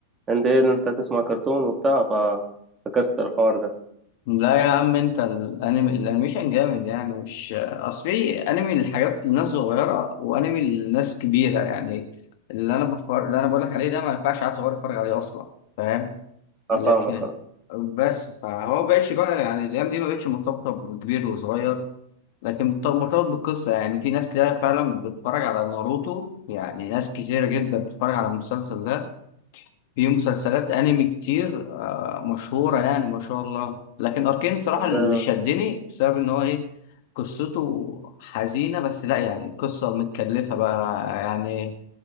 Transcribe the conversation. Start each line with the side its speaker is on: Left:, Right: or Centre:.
Right: أنت إيه ده أنت هتسمع كرتون وبتاع ف- فكست الحوار ده
Left: لا يا عم انت الانمي الانيميشن جامد يعني مش اصل في انمي للحاجات للناس صغيره وانمي للناس كبيره يعني اللي انا بفر... اللي انا بقول لك عليه ده ما ينفعش عيل صغير يتفرج عليه اصلا فاهم
Right: أفهمك
Left: لكن
Right: أه.
Left: بس فهو بقاش بقى يعني الايام دي ما بقتش مرتبطه بكبير وصغير لكن مرت- مرتبط بالقصه يعني في ناس كتير فعلا بتتفرج على ناروتو يعني ناس كتيره جدا بتتفرج على المسلسل ده في مسلسلات انمي كتير آه، مشهورة يعني ما شاء الله لكن اركين صراحة
Right: طب
Left: اللي شدني بسبب ان هو ايه قصته حزينة بس لا يعني القصة متكلفة بقى يعني